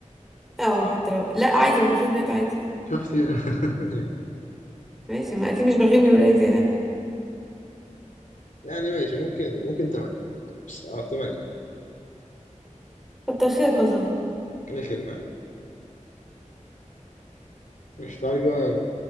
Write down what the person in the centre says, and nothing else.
اه حتى لو لا عادي لو مفيش بنات عادي
ماشي ما اكيد مش بغير من الولاد يعني
كتر خيرك والله